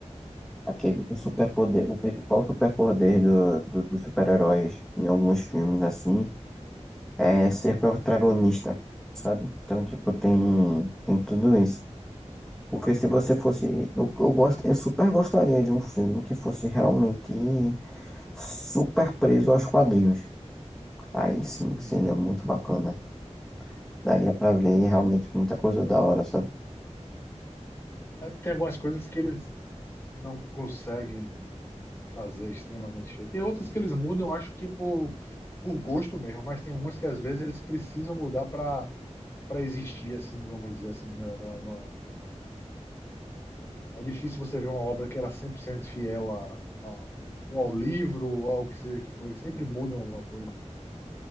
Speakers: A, in the centre; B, on the left.
A: aquele superpoder, o principal superpoder do, do, dos super-heróis em alguns filmes, assim, é ser protagonista, sabe? Então, tipo, tem, tem tudo isso. Porque se você fosse. Eu, eu, gosto, eu super gostaria de um filme que fosse realmente super preso aos quadrinhos. Aí sim,
B: Uhum.
A: seria muito bacana. Daria pra ver realmente muita coisa da hora, sabe?
B: É, tem algumas coisas que eles não conseguem fazer extremamente feio. Tem outras que eles mudam, acho que por, por gosto mesmo, mas tem umas que às vezes eles precisam mudar para para existir, assim, vamos dizer assim. na- na- na- É difícil você ver uma obra que ela é 100% fiel a, a- ou ao livro ou ao que, se- que for. Eles sempre mudam alguma coisa.